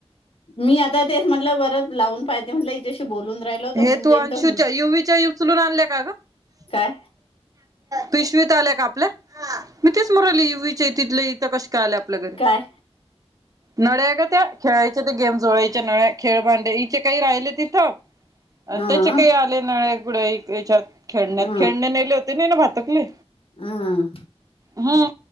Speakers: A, on the left (about 55°); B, on the right (about 30°).
A: मी आता तेच म्हटलं परत लावून पाहीते म्हटलं इच्याशी बोलून राहिलो
B: हे
A: तर होऊन
B: तू
A: जाईल
B: अंशूच्या,
A: तर होऊन
B: युवीच्या उचलून आणल्या का ग?
A: काय
B: पिशवीत आल्या का आपल्या मी तेच म्हणू राहिली, युवीच्या तिथलं इथ कशा आल्या आपल्या घरी
A: काय
B: नळ्या का त्या खेळायच्या त्या गेम जोळायच्या नळ्या. खेळबांडे हिचे काही राहिले तिथं आणि
A: अ
B: त्याचे काही आले गाड्यायाच्यात खेळण्यात
A: अ
B: खेळणे नेले होते ना हिने भातुकली.
A: अ
B: ह.